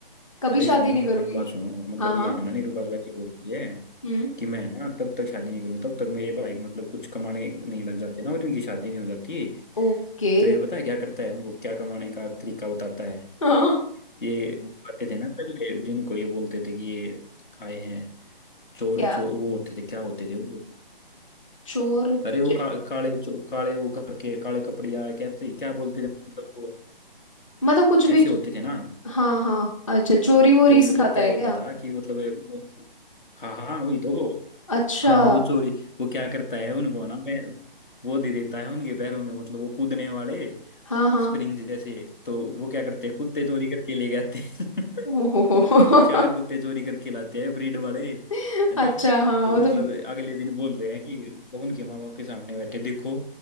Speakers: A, on the left; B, on the left.
A: कभी
B: अरे
A: शादी
B: सुनो
A: नहीं करूंगी
B: मेरी बात सुनो मतलब
A: हाँ हाँ
B: ये है ना निरूपा वैसे बोलती है
A: हम्म
B: कि मैं ना तब तक शादी नहीं करूंगी तब तक मेरे भाई मतलब कुछ कमाने नहीं लग जाते ना और इनकी शादी नहीं हो जाती
A: ओके
B: तो ये पता है क्या करता है उनको क्या कमाने का तरीका बताता है
A: हाँ
B: ये वो आते थे ना पहले जिनको ये बोलते थे कि ये आए हैं चोर
A: क्या
B: चोर वो होते थे क्या होते थे वो
A: चोर
B: अरे वो
A: च-
B: का, काले चो- काले वो करके काले कपड़िया क्या क्या बोलते थे मतलब वो
A: मतलब कुछ
B: ऐसे
A: भी
B: होते थे ना
A: हाँ हाँ अच्छा चोरी वोरी
B: तो
A: सिखाता
B: मतलब क्या
A: है
B: होता
A: क्या
B: था कि मतलब ये- हाँ हाँ वही तो
A: अच्छा
B: हाँ वो चोरी वो क्या करता है उनको ना मैं वो दे देता है उनके पैरों में मतलब वो कूदने वाले
A: हाँ हाँ
B: स्प्रिंग जैसे तो वो क्या करते हैं कुत्ते चोरी करके ले जाते हैं <laughs>
A: ओहो
B: चार कुत्ते चोरी करके लाते हैं ब्रीड वाले है
A: <laughs> अच्छा
B: ना
A: हाँ
B: तो
A: वो
B: मतलब
A: तो
B: अगले दिन बोल रहे हैं कि मतलब उनके माँ बाप के सामने बैठे देखो